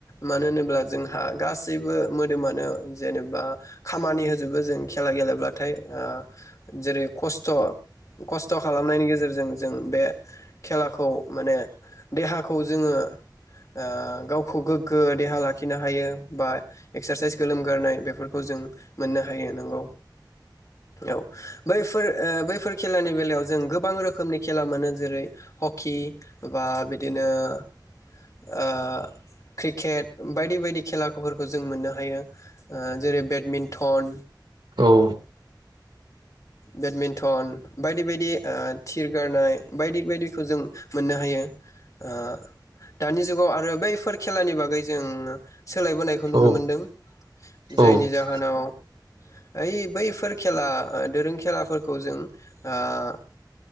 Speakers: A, on the left; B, on the right.
A: मानो होनोब्ला जोंहा गासैबो मोदोमानो जेनेबा खामानि होजुबो जों खेला गैलेब्लाथाय ओ जेरै - खस्थ' खस्थ' खालामनायनि गेजेरजों जों बे खेलाखौ माने देहाखौ जोङो ओ गावखौ गोग्गो देहा लाखिनो हायो बा एक्सारसाइस गोलोमगारनाय बेफोर खौ जों मोननो हायो नोंगौ। औ बैफोर ओ बैफोर खेलानि बेलायाव जों गोबां रोखोमनि खेला मोनो जेरै- हकि बा बिद बिदिनो ओ क्रिकेट बायदि बायदि खेलाफोरखौ जों मोननो हायो ओ जेरै बेडमिन्टन
B: औ
A: बेडमिन्टन बायदि बायदि ओ थिरगारनाय बायदि बायदिखौ जों मोननो हायो ओ दानि जुगाव आरो बैफोर खेलानि बागै जों सोलायबोनायखौ नुनो
B: औ
A: मोनदों जायनि
B: औ
A: जाहोनाव ओइ बैफोर खेला ओ दोरों खेलाफ फोरखौ जों ओ